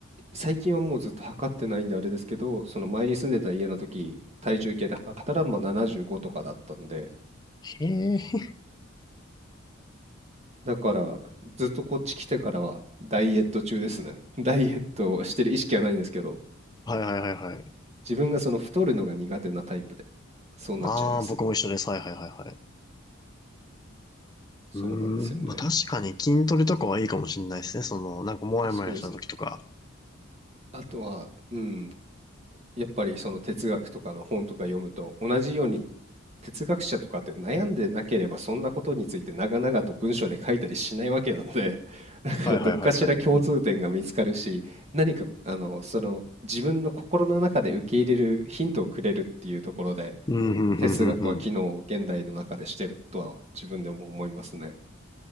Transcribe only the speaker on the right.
最近はもうずっと測ってないんであれですけど、その前に住んでた家の時、体重計で測ったらまあ75とかだったんで、
だからずっとこっち来てからはダイエット中ですね。<laughs> ダイエットをしてる意識はないんですけど、
自分がその太るのが苦手なタイプで、そうなっちゃいます。
そうなんですよね。
そうですね。あとは、うん、やっぱりその哲学とかの本とか読むと同じように哲学者とかって悩んでなければそんなことについて長々と文章で書いたりしないわけなんで <laughs> だからどっかしら共通点が見つかるし何かあのその自分の心の中で受け入れるヒントをくれるっていうところで
哲学は機能を現代の中でしてるとは自分でも思いますね。